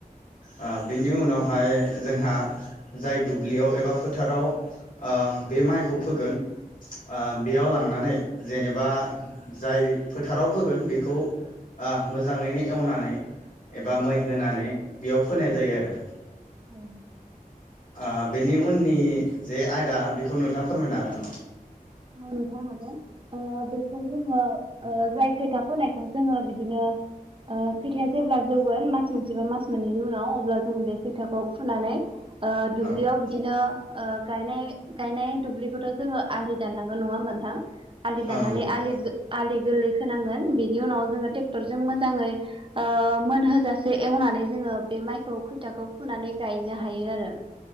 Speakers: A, on the left; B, on the right.
A: आ बेनि उनाव माय जोंहा जाय दुब्लियाव एबा फोथाराव आं बे माइखौ फोगोन आ बेयाव लांनानै जेनेबा जाय फोथाराव फोगोन बेखौ आ मोजाङैनो एवनानै एबा मै होनानै बेयाव फोनाय जायो आरो
B: औ
A: आं बेनि उननि जे आयदा बेखौ नोंथाङा फोरमायनो हागोन नामा
B: औ नोंथां हागोन ओ बेखौ जोङो ओ जाय खैथिया फोनायखौ जोङो ओ बिदिनो खैथिया जेब्ला जौगोन मास मोनसे बा मास मोननैनि उनाव अब्ला जोङो बे खैथियाखौ फुनानै ओ दुब्लियाव
A: औ
B: बिदिनो ओ गाय गायनाय दुब्लिखौथ' जोङो आलि दाननांगोन नङा होनबा नोंथां आलि दाननानै
A: औ नंगौ
B: आलि जो आलि गोरलै खोनांगोन बेनि उनाव जोङो ट्रेक्टरजों मोजाङै ओ मोनहोजासे एवनानै जोङो बे माइखौ खैथियाखौ फुनानै गायनो हायो आरो